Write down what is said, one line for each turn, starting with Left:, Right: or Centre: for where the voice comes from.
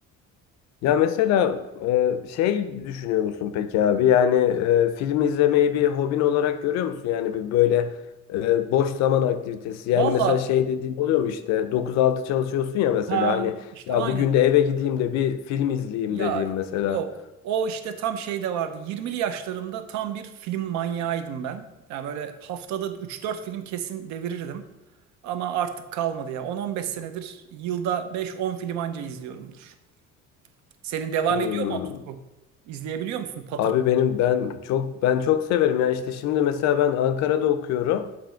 Left: Ya mesela e, şey düşünüyor musun peki abi? Yani e, film izlemeyi bir hobin olarak görüyor musun? Yani bir böyle e, boş zaman aktivitesi. Yani
Right: Valla
Left: mesela şey dediğin oluyor mu işte Dokuz altı çalışıyorsun ya mesela
Right: ha
Left: hani
Right: işte
Left: ya
Right: aynen.
Left: bugün de eve gideyim de bir film izleyeyim
Right: Ya
Left: dediğim mesela.
Right: yok. O işte tam şey de vardı. Yirmili yaşlarımda tam bir film manyağıydım ben. Ya böyle haftada üç dört film kesin devirirdim. Ama artık kalmadı ya. On on beş senedir yılda beş on film anca izliyorumdur. Senin devam
Left: Hmm.
Right: ediyor mu o tutku? İzleyebiliyor musun patır
Left: Abi
Right: patır?
Left: benim ben çok ben çok severim ya işte şimdi mesela ben Ankara'da okuyorum.